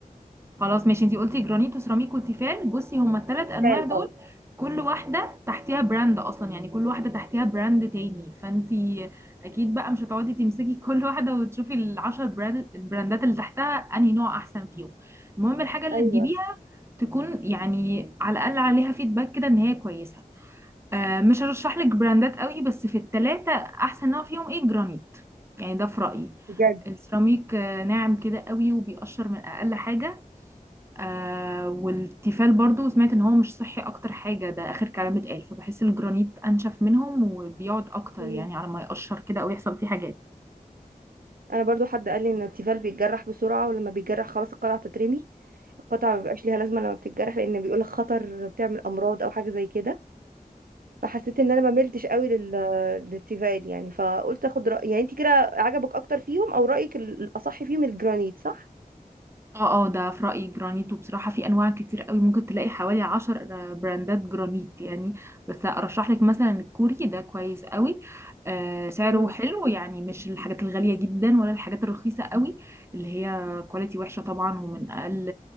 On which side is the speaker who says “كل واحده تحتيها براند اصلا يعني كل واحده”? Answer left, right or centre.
Right